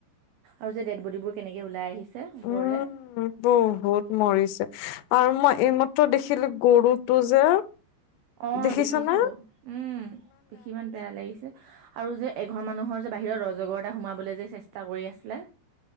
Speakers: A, on the right (about 75°); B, on the left (about 80°).
A: আৰু যে ডেড বডিবোৰ কেনেকে ওলাই আহিছে। ওপৰলে
B: উম, বহুত মৰিছে, আৰু মই এই ম দেখিলো গৰুটো যে
A: অ',
B: দেখিছ
A: দেখিছো,
B: না
A: উম, দেখি ইমান বেয়া লাগিছে। আৰু যে এঘৰ মানুহৰ যে বাহিৰত অজগৰ এটা সোমাবলৈ যে চেষ্টা কৰি আছিলে।